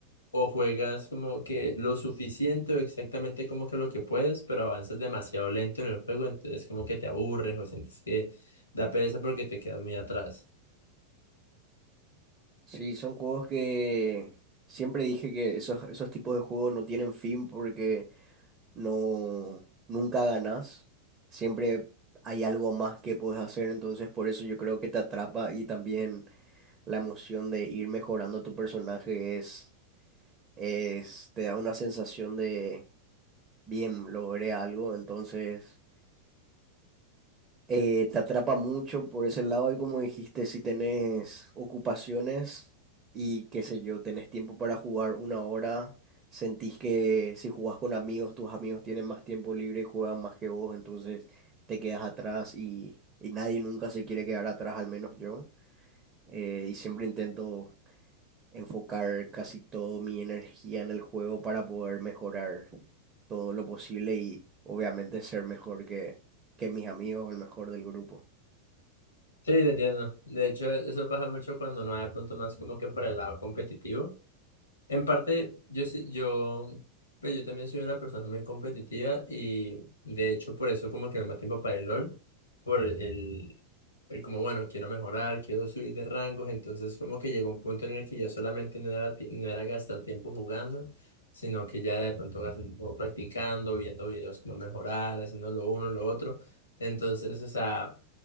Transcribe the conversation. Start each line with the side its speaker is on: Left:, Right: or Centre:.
Left: o juegas como que lo suficiente o exactamente como que lo que puedes, pero avanzas demasiado lento en el juego, entonces como que te aburres o sientes que da pereza porque te quedas muy atrás.
Right: Sí, son juegos que siempre dije que esos, esos tipos de juegos no tienen fin porque no, nunca ganas siempre hay algo más que puedes hacer, entonces por eso yo creo que te atrapa y también la emoción de ir mejorando tu personaje es, es, te da una sensación de, bien, logré algo, entonces eh, te atrapa mucho por ese lado y como dijiste, si tenés ocupaciones y qué sé yo, tenés tiempo para jugar una hora, sentís que si jugás con amigos, tus amigos tienen más tiempo libre y juegan más que vos, entonces te quedas atrás y, y nadie nunca se quiere quedar atrás, al menos yo. Eh, y siempre intento enfocar casi toda mi energía en el juego para poder mejorar todo lo posible y obviamente ser mejor que, que mis amigos o el mejor del grupo.
Left: Sí, te entiendo. De hecho, eso pasa mucho cuando no hay de pronto más como que por el lado competitivo. En parte, yo, sí- yo, pero yo también soy una persona muy competitiva y de hecho por eso como que me da tiempo para el LOL, por el, el como, bueno, quiero mejorar, quiero subir de rangos, entonces como que llegó un punto en el que ya solamente no era, ti- no era gastar tiempo jugando, sino que ya de pronto gastar tiempo practicando, viendo videos como mejorar, haciendo lo uno, lo otro. Entonces, o sea,